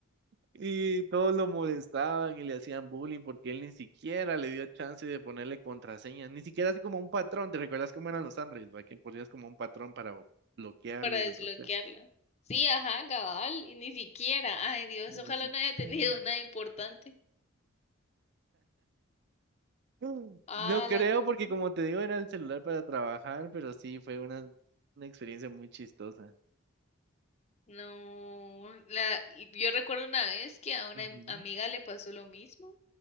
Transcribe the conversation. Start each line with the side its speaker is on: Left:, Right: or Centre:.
Right: Y todos lo molestaban y le hacían bullying porque él ni siquiera le dio chance de ponerle contraseña, ni siquiera así como un patrón, ¿te recuerdas cómo eran los Android, va? Que ponías como un patrón para bloquearlo
Left: para
Right: y
Left: desbloquearla.
Right: desbloquearlo.
Left: Sí, ajá, cabal, y ni siquiera. Ay, Dios,
Right: Ni
Left: ojalá
Right: siquiera.
Left: no haya tenido nada importante.
Right: Mm.
Left: Ah,
Right: No creo
Left: la no.
Right: porque como te digo era el celular para trabajar, pero sí fue una, una experiencia muy chistosa.
Left: No, la, yo recuerdo una vez que a una
Right: Ujú,
Left: am- amiga le pasó lo mismo